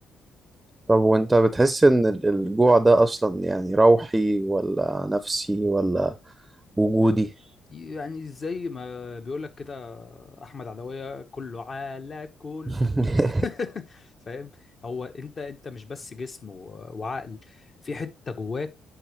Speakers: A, on the right; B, on the left.
A: طب وانت بتحس ان ال- الجوع ده اصلا يعني روحي ولا نفسي ولا وجودي
B: يعني زي ما بيقول لك كده احمد عدويه كله على كل
A: <laughs>
B: <laughs> فاهم هو انت انت مش بس جسم و- وعقل في حته جواك